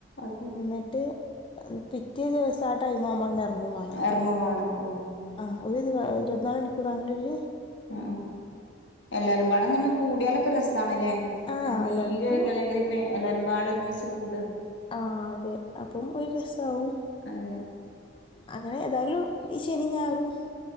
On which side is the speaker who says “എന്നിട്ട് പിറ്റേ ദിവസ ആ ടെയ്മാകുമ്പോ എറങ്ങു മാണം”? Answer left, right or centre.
Left